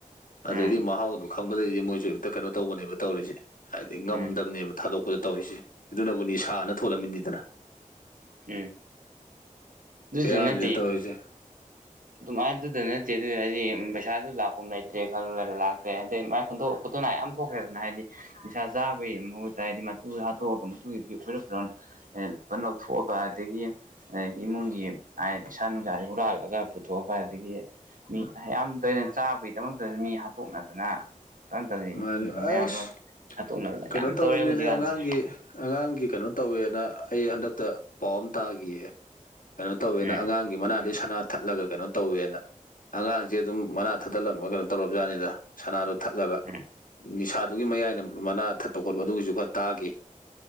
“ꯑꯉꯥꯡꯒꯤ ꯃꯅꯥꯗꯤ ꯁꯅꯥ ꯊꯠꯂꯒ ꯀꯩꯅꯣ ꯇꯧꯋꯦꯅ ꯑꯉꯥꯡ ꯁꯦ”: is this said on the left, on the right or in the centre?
Left